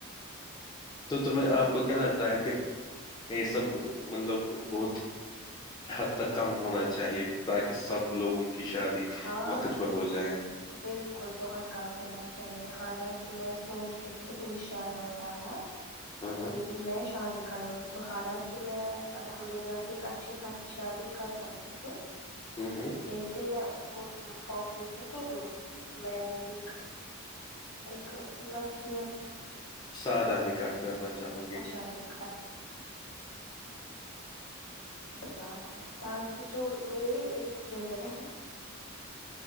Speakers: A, on the left; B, on the left.
A: تو
B: باقیوں
A: آپ کو
B: میں
A: کیا لگتا ہے کہ یہ سب مطلب بہت حد تک کم ہونا چاہیے تاکہ سب لوگوں کی شادی
B: ہاں
A: وقت پر
B: بالکل
A: ہو جائے
B: بالکل بہت کم ہونا چاہیے حالانکہ میں سوچ رہی ہوں ان شاء اللہ تعالی
A: ہوں
B: جب میری میں شادی کروں گی تو حالانکہ میں الحمد اللہ سے ایک اچھی خاصی شادی کر سکتی ہوں
A: ہوں ہوں
B: لیکن میں اس کو فوقیت نہیں دوں گی میں بھی ایک ایک مطلب کہ
A: سادہ نکاح کرنا چاہو گی
B: شارییککھا سات تاکہ جو میرے ارد گرد رہ